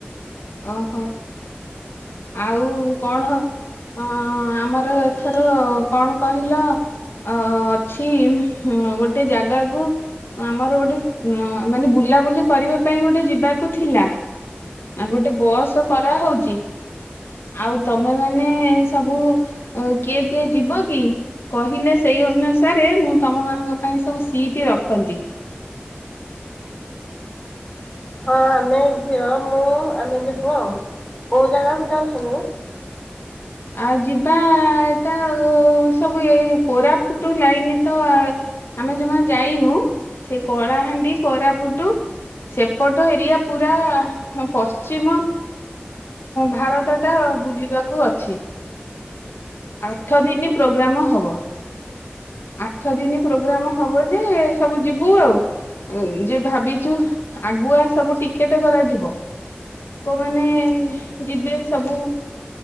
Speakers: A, on the left (about 80°); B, on the left (about 25°).
A: ଓହୋ। ଆଉ କଣ ଅ ଆମର ଏଥର କଣ କହିଲ ଅ ଅଛି ଗୋଟେ ଜାଗାକୁ ଆମର ଗୋଟେ ମାନେ ବୁଲାବୁଲି କରିବା ପାଇଁ ଗୋଟେ ଯିବାକୁ ଥିଲା। ଆ ଗୋଟେ ବସ୍ କରାହଉଛି ଆଉ ତମେ ମାନେ ସବୁ କିଏ କିଏ ଯିବ କି କହିଲେ ସେଇ ଅନୁସାରେ ମୁଁ ତମ ମାନଙ୍କ ପାଇଁ ସବୁ ସିଟ ରଖନ୍ତି।
B: ହଁ ଆମେ ଝିଅ ମୁଁ ଆମେ ଯିବୁ ଆଉ କୋଉ ଜାଗାକୁ ଯାଉଛୁନି।
A: ଆଉ ଯିବା ଏଟା ସବୁ ଏଇ କୋରାଫୁଟୁ ଲାଇନ ତ ଆମେ ଜମା ଯାଇନୁ ସେ କଳାହାଣ୍ଡି କୋରାପୁଟୁ ସେପଟ ଏରିଆ ପୁରା ପଶ୍ଚିମ ଭାରତ ଟା ବୁଲିବାକୁ ଅଛି। ଆଠ ଦିନ ପ୍ରୋଗ୍ରାମ ହବ। ଆଠ ଦିନ ପ୍ରୋଗ୍ରାମ ହବ ଯେ ସବୁ ଯିବୁ ଆଉ ଯେ ଭାବିଛୁ ଆଗୁଆ ସବୁ ଟିକେଟ କରାଯିବ କୌମାନେଯିବେ ସବୁ